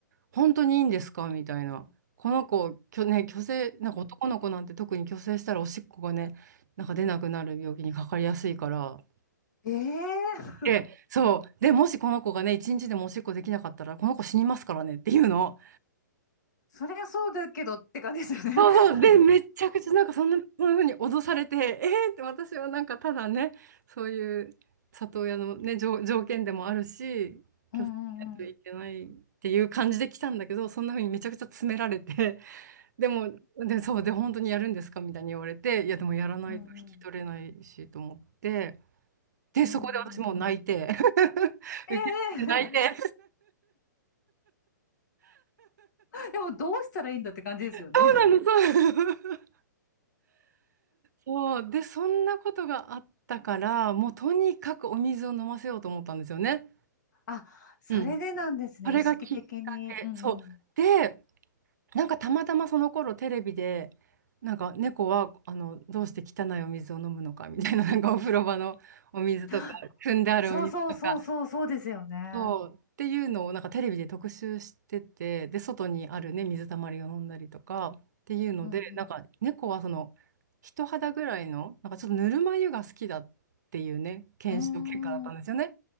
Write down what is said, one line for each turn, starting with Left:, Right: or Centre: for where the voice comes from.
Right: 本当にいいんですかみたいな。この子、きょ、ね、虚勢、なんか男の子なんて特に虚勢したらおしっこがね、なんか出なくなる病気にかかりやすいから。
Left: ええー
Right: で、そう。で、もしこの子がね、一日でもおしっこできなかったら、この子死にますからねっていうの。
Left: そりゃそうだけどって感じですよね。
Right: そうそう。
Left: <laughs>
Right: で、めちゃくちゃなんかそんな、そんな風に脅されて、えーって私はなんかただね、そういう里親のね、条、条件でもあるし、拒絶しないといけないっていう感じで来たんだけど、
Left: うんうんうん。
Right: そんな風にめちゃくちゃ詰められて、でも、で、そう、で、本当にやるんですかみたいに言われて、いや、でもやらないと引き取れないしと思って、
Left: うんうん。
Right: で、
Left: うんうん。
Right: そこで私もう泣いて、<laughs>
Left: ええ
Right: 受け入て泣いて、
Left: でもどうしたらいいんだって感じですよね。
Right: そうなの、そうなの。そう、で、そんなことがあったから、もうとにかくお水を飲ませようと思ったんですよね。
Left: <laughs> あ、それでなんですね。
Right: うん。あれがきっかけ。
Left: 意識的に。うんうん。
Right: そう。で、なんかたまたまその頃テレビで、なんか猫はあのどうして汚いお水を飲むのかみたいな、なんかお風呂場のお水とか、
Left: <gasps>
Right: 汲んであるお水とか。
Left: そうそうそうそう、そうですよね。
Right: そう。っていうのをなんかテレビで特集してて、で、外にあるね、水たまりを飲んだりとかっていうので、
Left: うん
Right: なんか猫はその人肌ぐらいの、なんかちょっとぬるま湯が好きだっていうね、検証結果だったんですよね。
Left: うん。うーん。